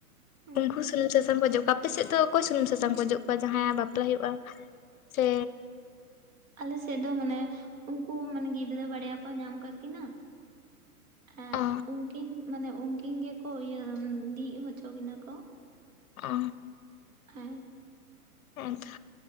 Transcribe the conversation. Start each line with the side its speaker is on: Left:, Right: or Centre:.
Right: ᱦᱩᱸ
Left: ᱩᱱᱠᱩ ᱥᱩᱱᱩᱢ ᱥᱟᱥᱟᱝ <unintelligible> ᱚᱡᱚᱜᱠᱚᱣᱟ ᱟᱯᱮ ᱥᱮᱫ ᱫᱚ ᱚᱠᱚᱭ ᱥᱩᱱᱩᱢ ᱥᱟᱥᱟᱝ ᱠᱚᱡᱚᱜ ᱠᱚᱣᱟ ᱡᱟᱦᱟᱸᱭ ᱟᱜ ᱵᱟᱯᱞᱟ ᱦᱳᱭᱳᱜᱼᱟ ᱥᱮ
Right: ᱟᱞᱮ ᱥᱮᱫ ᱫᱚ ᱢᱟᱱᱮ ᱩᱱᱠᱩ ᱢᱟᱱᱮ ᱜᱤᱫᱽᱨᱟᱹ ᱵᱟᱨᱭᱟ ᱠᱚ ᱧᱟᱢ ᱠᱟᱠᱤᱱᱟ᱾ ᱦᱮᱸ
Left: ᱚ
Right: ᱩᱱᱠᱤᱱ ᱢᱟᱱᱮ ᱩᱱᱠᱤᱱ ᱜᱮᱠᱚ ᱤᱭᱟᱹ ᱫᱤᱜ ᱦᱚᱪᱚ ᱠᱤᱱᱟ ᱠᱚ᱾
Left: ᱚ
Right: ᱦᱮᱸ
Left: ᱦᱮᱸ ᱛᱚ